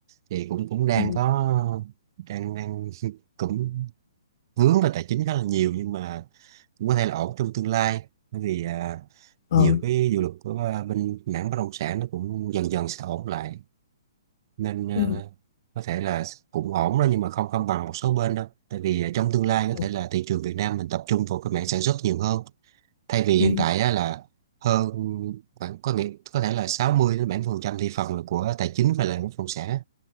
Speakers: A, on the right; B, on the left.
A: thì cũng cũng đang
B: ừ.
A: có đang đang <laughs> cũng vướng vào tài chính khá là nhiều nhưng mà cũng có thể là ổn trong tương lai bởi vì à,
B: ờ
A: nhiều cái dự luật của à, bên mảng bất động sản nó cũng dần dần sẽ ổn lại nên à,
B: ừ.
A: có thể là cũng ổn đó nhưng mà không không bằng một số bên đâu tại vì à, trong tương lai có thể
B: Ừ.
A: là thị trường Việt Nam mình tập trung vào cái mảng sản xuất nhiều hơn thay vì hiện
B: Ừ.
A: tại á, là hơn khoảng có nghĩa có thể là 60 đến 70 phần trăm thị phần là của tài chính và là bất động sản